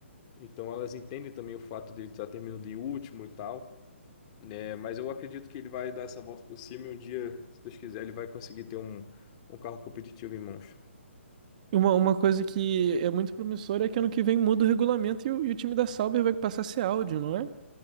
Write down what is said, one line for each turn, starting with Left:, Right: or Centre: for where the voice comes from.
Left: Então elas entendem também o fato dele estar terminando em último e tal, né? Mas eu acredito que ele vai dar essa volta por cima e um dia, se Deus quiser, ele vai conseguir ter um, um carro competitivo em mãos.
Right: E Uma, uma coisa que é muito promissora é que ano que vem muda o regulamento e o, e o time da Sauber vai passar a ser Audi, não é?